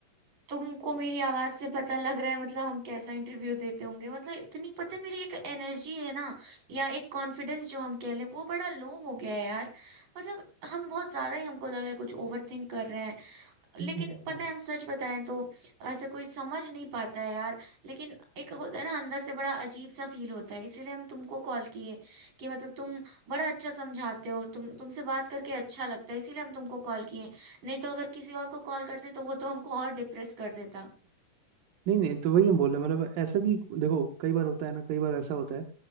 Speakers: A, on the right; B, on the right.
A: तुमको मेरी आवाज से पता लग रहा है मतलब हम कैसा इंटरव्यू देते होंगे मतलब इतनी पता है मेरी एक एनर्जी है ना या एक कॉन्फिडेंस जो हम कह लें वो बड़ा लो हो गया है यार मतलब हम बहुत ज्यादा ही हमको लग रहा है कुछ ओवर थिंक कर रहे हैं लेकिन
B: हम्म।
A: पता है हम सच बताएं तो ऐसे कोई समझ नहीं पाता है यार लेकिन एक होता है ना अंदर से बड़ा अजीब सा फील होता है इसीलिए हम तुमको कॉल किए कि मतलब तुम बड़ा अच्छा समझाते हो तुम तुमसे बात करके अच्छा लगता है इसीलिए हम तुमको कॉल किए नहीं तो अगर किसी और को कॉल करते तो वो तो हमको और डिप्रेस कर देता
B: नहीं नहीं तो वही हम बोल रहे हैं मतलब ऐसा भी देखो कई बार होता है ना कई बार ऐसा होता है